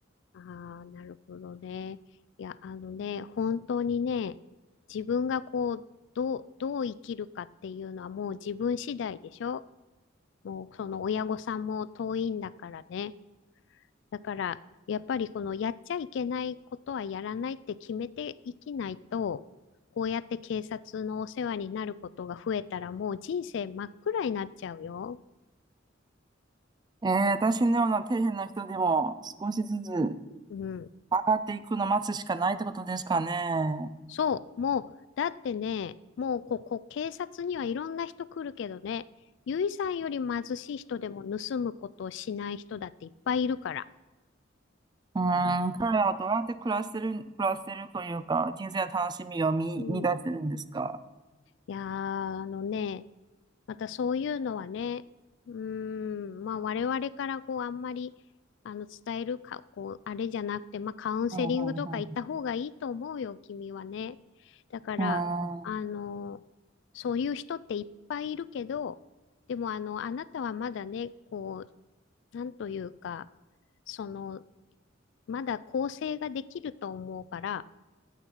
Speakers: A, on the left; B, on the right.
A: ああ、なるほどね。いや、あのね、本当にね、自分がこう、どう、どう生きるかっていうのはもう自分次第でしょもうその親御さんも遠いんだからね。だから、やっぱりこのやっちゃいけないことはやらないって決めていきないと、こうやって警察のお世話になることが増えたらもう人生真っ暗になっちゃうよ。
B: えー、私のような底辺な人でも少しずつ上
A: うん。
B: がっていくのを待つしかないってことですかね。
A: そう、もう、だってね、もうここ、警察にはいろんな人来るけどね、ゆいさんより貧しい人でも盗むことをしない人だっていっぱいいるから。
B: うーん、彼らはどうやって暮らしてる、暮らしてるというか、人生の楽しみを見、
A: うん。
B: 見出せるんですか。
A: いやー、あのね、またそういうのはね、うーん、まあ我々からこうあんまりあの伝えるか、こうあれじゃなくて、まあカウンセリングとか行った方がいいと思うよ、
B: うん、うん、
A: 君はね。だから、
B: うん。うーん
A: あの、そういう人っていっぱいいるけど、でもあの、あなたはまだね、こう、なんというか、その、まだ構成ができると思うから、